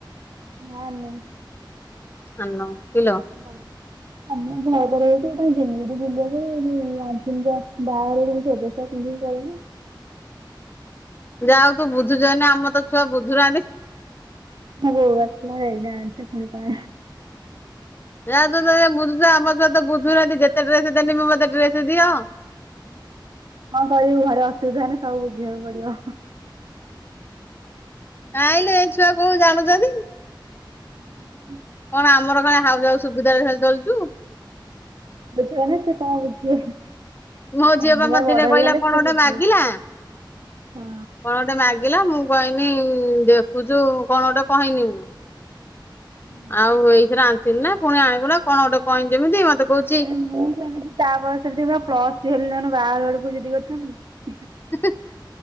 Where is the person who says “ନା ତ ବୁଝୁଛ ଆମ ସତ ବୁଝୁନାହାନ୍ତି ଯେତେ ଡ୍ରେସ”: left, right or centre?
Left